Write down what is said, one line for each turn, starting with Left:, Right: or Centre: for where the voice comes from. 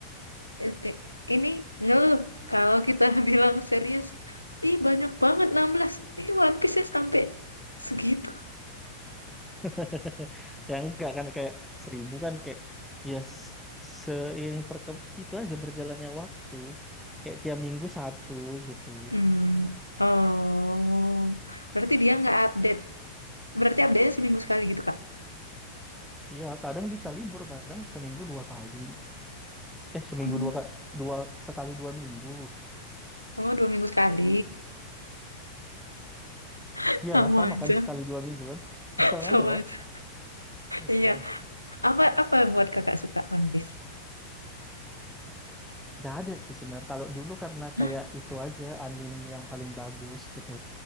Left: este, ini ngeluh kalau kita <laughs> bilang serius, ih banyak banget 16 Ini One Piece-nya sampai segitu.
Centre: <laughs> Ya enggak kan kayak 1000 kan kayak ya s- seiring perkem itu aja berjalannya waktu. Kayak tiap minggu satu gitu.
Left: Hmm, oh, berarti dia nggak update. Berarti update-nya seminggu sekali gitu, Kak?
Centre: Iya, kadang bisa libur, kadang seminggu dua kali. Eh, seminggu
Left: Hmm.
Centre: dua kali, dua sekali dua minggu.
Left: Oh, dua minggu sekali. <laughs>
Centre: Iyalah
Left: Sama
Centre: sama
Left: aja,
Centre: kan sekali dua minggu kan. <laughs> Sama
Left: sama
Centre: aja
Left: aja.
Centre: kan.
Left: Iya.
Centre: Eh,
Left: Apa apa yang buat kakak suka One Piece?
Centre: Nggak ada sih sebenarnya. Kalau dulu karena
Left: Hah?
Centre: kayak itu aja anime yang paling bagus gitu.